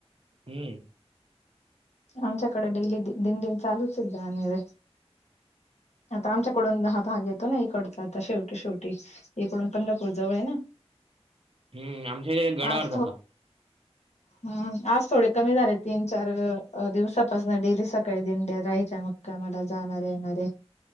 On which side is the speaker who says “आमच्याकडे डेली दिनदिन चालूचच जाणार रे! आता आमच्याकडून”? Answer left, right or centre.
Left